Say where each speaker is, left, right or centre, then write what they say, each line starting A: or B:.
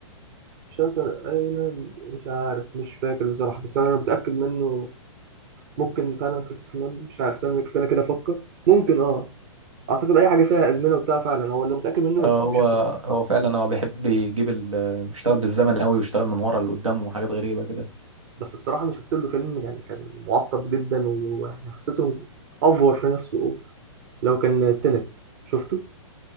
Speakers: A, on the right (about 40°); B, on the right (about 85°).
A: شاتر ايلاند مش عارف مش فاكر بصراحة بس انا متأكد منه ممكن فعلا كريستوفر نولان مش عارف استنى استنى كده افكر ممكن اه اعتقد اي حاجة فيها ازمنة وبتاع فعلا هو اللي متأكد منه
B: اه
A: انسبشن
B: هو هو فعلا هو بيحب يجيب ال... بيشتغل بالزمن قوي ويشتغل من ورا لقدام وحاجات غريبة كده
A: بس بصراحة أنا شفت له فيلم يعني كان معقد جدا ويعني حسيته أفور في نفسه أوفر لو كان تنت شفته